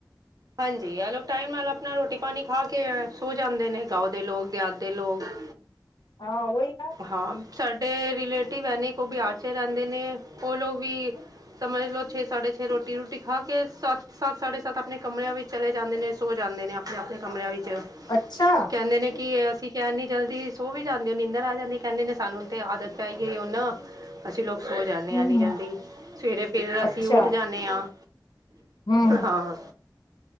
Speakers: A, on the right (about 55°); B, on the left (about 65°).
A: ਹਾਂਜੀ ਆ ਲੋਕ ਟਾਈਮ ਨਾਲ ਆਪਣਾ ਰੋਟੀ-ਪਾਣੀ ਖਾ ਕੇ ਸੌ ਜਾਂਦੇ ਨੇ। ਗਾਓਂ ਦੇ ਲੋਕ ਦਿਹਾਤ ਦੇ ਲੋਕ। <inaudible>
B: ਆ ਓਹੀ ਨਾ।
A: ਹਾਂ, ਸਾਡੇ ਰਿਲੇਟਿਵ ਐਨ ਇਕ ਔ ਬਿਹਾਰ ਚ ਰੈੰਦੇ ਨੇ ਓਹ ਲੋਗ ਵੀ ਸਮਝ ਲੋ ਛੇ-ਸਾਢੇ ਛੇ ਰੋਟੀ-ਰੂਟੀ ਖਾ ਕੇ ਸੱਤ-ਸੱਤ ਸਾਢੇ ਸੱਤ ਅਆਪਣੇ ਕਮਰਿਆਂ ਵਿੱਚ ਚਲੇ ਜਾਂਦੇ ਨੇ, ਸੌ ਜਾਂਦੇ ਨੇ ਆਪਣੇ- ਆਪਣੇ ਕਮਰਿਆਂ ਵਿੱਚ।
B: ਅੱਛਾ!
A: ਕਹਿੰਦੇ ਨੇ ਕਿ ਅਸੀਂ ਕਿਆ ਏਨੀ ਜਲਦੀ ਸੌ ਵੀ ਜਾਂਦੇ ਹੋ, ਨੀਂਦਰ ਆ ਜਾਂਦੀ ਕਹਿੰਦੇ ਨੇ ਸਾਨੂੰ ਤੇ ਆਦਤ ਪੈਗੀ ਏ ਹੁਣ। ਅਸੀਂ ਲੋਕ ਸੌ ਜਾਨੇ
B: ਹੂੰ-ਹੂੰ
A: ਆਂ ਇੰਨੀ ਜਲਦੀ। ਸਵੇਰੇ ਫਿਰ ਅਸੀਂ
B: ਅੱਛਾ
A: ਉੱਠ ਜਾਨੇ ਹਾਂ।
B: ਹੂੰ-ਹੂੰ।
A: ਹਾਂ।